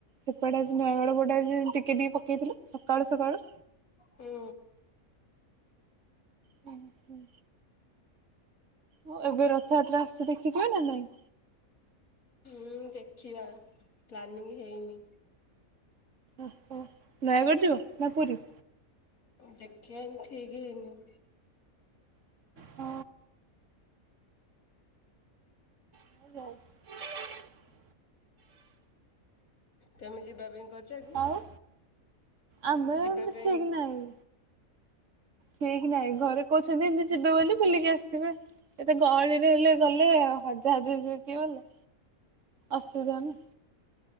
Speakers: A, on the right (about 60°); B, on the left (about 80°).
A: ସେପଟେ ଆଜି ନୟାଗଳ ପୋଟେ ଆଜି ଟିକିେ ଟିକେ ପକାଇଥିଲେ। ସକାଳୁ ସକାଳୁ
B: ହୁଁ।
A: ହୁଁ ହୁଁ। ହଁ ଏବେ ରଥଯାତ୍ରା ଆସୁଛି ଦେଖିଯିବେ ନା ନାଇଁ?
B: ହୁଁ ଦେଖିବା ପ୍ଲାନିଂ ହେଇନି।
A: ଓ ହୋ ନୟାଗଡ଼ ଯିବ ନା ପୁରୀ?
B: ଦେଖି ଠିକ୍ ହେଇନି।
A: ହଁ। <unintelligible>
B: ତମେ ଯିବା ପାଇଁ କରିଛ କି?
A: ଆଉ ଆମେ
B: ଯିବା ପାଇଁ
A: ଠିକ ନାହିଁ। ଠିକ ନାଇଁ ଘରେ କହୁଛନ୍ତି ଏମିତି ଯିବେ ବୋଲି ବୁଲିକି ଆସିବେ। ଏତେ ଗହଳିରେ ହେଲେ ଗଲେ ହଜା ହଜି କିଏ ଗଲେ ଅସୁବିଧା ନା।